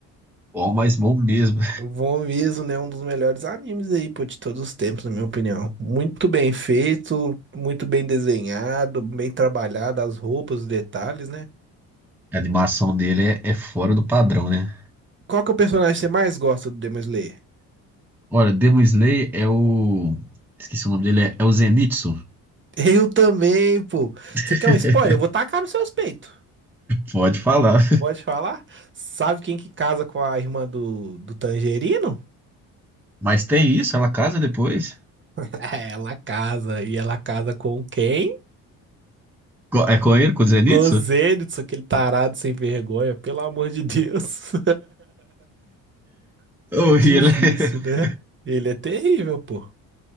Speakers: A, in the centre; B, on the right.
A: Bom, mas bom mesmo.
B: Bom mesmo, né? Um dos melhores animes aí, pô, de todos os tempos, na minha opinião. Muito bem feito, muito bem desenhado, bem trabalhado, as roupas, os detalhes, né?
A: A animação dele é, é fora do padrão, né?
B: Qual que é o personagem que você mais gosta do Demon Slayer?
A: Olha, Demon Slayer é o. Esqueci o nome dele, é, é o Zenitsu.
B: <laughs> Eu também, pô.
A: <laughs>
B: Você quer um spoiler? Eu vou tacar nos seus peitos.
A: Pode falar.
B: Pode falar? Sabe quem que casa com a irmã do, do Tangerino?
A: Mas tem isso, ela casa depois.
B: <laughs> Ela casa. E ela casa com quem?
A: Co- É com ele, com o Zenitsu?
B: Com o Zenitsu, aquele tarado sem vergonha, pelo amor de Deus. <laughs>
A: Oh,
B: Difícil,
A: e ele é...
B: né?
A: <laughs>
B: Ele é terrível, pô.